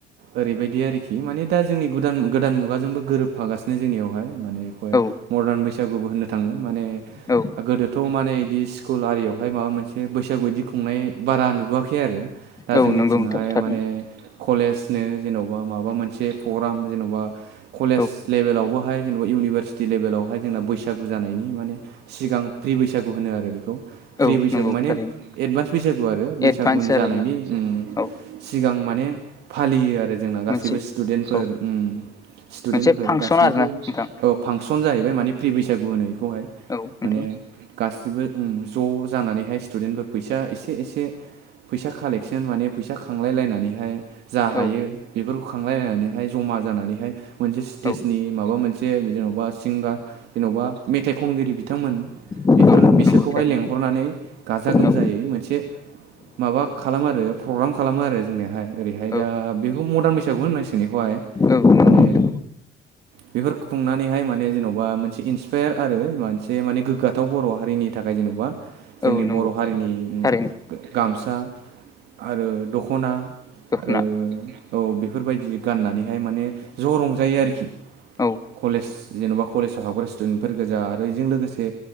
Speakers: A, on the right; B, on the left.
A: ओरैबायदि आरोखि माने दा जोंनि गुदान गोदान मुगाजोंबो गोरोबफागासिनो जोंनियावहाय माने बेखौहाय
B: औ
A: मदार्न बैसागुबो होननो थाङो माने
B: औ
A: गोदोथ' माने इदि स्कुल आरियावहाय माबा मोनसे बैसागु इदि खुंनाय बारा नुबोवाखै आरो दा
B: औ
A: जोंनिथिंहाय
B: नंगौ नोंथां थारैनो
A: माने कलेज नो जेन'बा माबा मोनसे प्रग्राम जेन'बा कलेज
B: औ
A: लेभेलावबोहाय जेनेबा इउनिभारसिटि लेभेलावहाय जोंना बैसागु जानायनि माने सिगां प्रि बैसागु होनो आरो बेखौ प्रि
B: औ
A: बैसागु
B: नंगौ
A: माने
B: थारैनो
A: एडभान्स बैसागु आरो बैसागुनि
B: एडभान्स आरोना
A: जानायनि उम
B: औ
A: सिगां माने फालियो आर जोंना गासैबो
B: मोनसे
A: स्टुदेन्टफोर
B: औ
A: उम स्टुदेन्टफोर
B: मोनसे फांसन
A: गासैबो
B: आरोना नोंथां
A: औ फांसन जाहैबाय माने प्रि बैसागु होनो इखौहाय।
B: औ नोंथां
A: माने गासिबो उम ज' जानानैहाय स्टुडेन्टफोर फैसा एसे एसे फैसा कालेकसन माने फैसा खांलाय लायनानैहाय जा
B: औ
A: हायो बेफोरखौ खांलायलायनानैहाय जमा जानानैहाय मोनसे स्टेजनि
B: औ
A: माबा मोन से जेन'बा सिंगा जेन'बा मेथाइ खनगिरि बिथांमोन
B: औ
A: बेफोरो बिसोरखौहाय
B: नंगौ थारैनो
A: लेंहरनानै गाजा गोमजायै
B: औ
A: मोनसे माबा खालामो आरो प्रग्राम खालामो आरो जोंनेहाय ओरैहाय दा
B: औ
A: बेखौ मदार्न बैसागुखौनो होननांसिगोन इखौहाय। माने
B: औ नंगौ नोंथां।
A: बेफोर खुंनानैहाय माने जेन'बा मोनसे इन्सपायार आरो मोनसे माने गोग्गाथाव बर' हारिनि थाखाय जेन'बा जोंनि
B: औ नंगौ
A: बर' हारिनि
B: थारैनो
A: गामसा आरो दख'ना आरो
B: दख'ना
A: औ बेफोरबायदि गाननानैहाय माने ज' रंजायो आरोखि
B: औ
A: कलेस जेन'बा कलेजाव हाबग्रा स्टुडेन्टफोर गोजा आरो बेजों लोगोसे